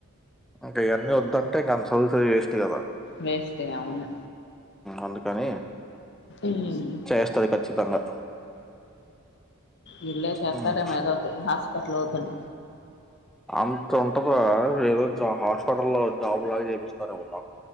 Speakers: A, in the centre; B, on the left (about 50°).
A: ఇంకా ఇవన్నీ వద్దంటే ఇంకా అంత చదువు చదువి వీస్ట్ కదా
B: వేస్టే అవును
A: అందుకని
B: ఉమ్.
A: చేస్తుంది ఖచ్చితంగా
B: విల్ చేతారే
A: హ్మ్.
B: మేదో హాస్ అపట్లలోఓపెన్
A: అంత ఉంటదా ఏదోజు హాస్పిటల్ లో జాబు లాగా చేపిస్తారేమన్నా